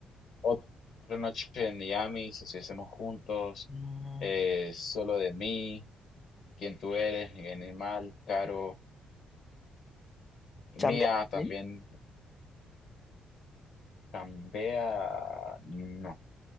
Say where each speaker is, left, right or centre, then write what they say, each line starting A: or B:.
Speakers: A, on the left; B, on the left.
A: otra noche en Miami, si estuviésemos juntos,
B: Mm,
A: eh, solo de mí, quién tú eres, animal, Caro,
B: ¿chambea?
A: mía también
B: ¿Bien?
A: cambia, no.